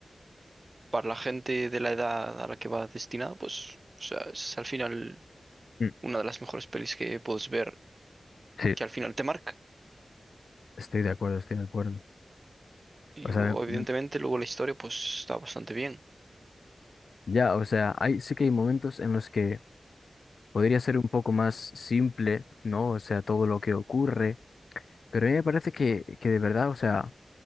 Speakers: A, on the right; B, on the left.
A: para la gente de la edad a la que va destinada, pues, o sea, es al final
B: Mm,
A: una de las mejores pelis que puedes ver,
B: Sí,
A: que al final te marca.
B: estoy de acuerdo, estoy de acuerdo.
A: Y
B: O
A: o-
B: sea,
A: evidentemente
B: me-
A: luego la historia, pues, está bastante bien.
B: ya, o sea, hay, sí que hay momentos en los que podría ser un poco más simple, ¿no? O sea, todo lo que ocurre Pero a mí me parece que, que de verdad, o sea,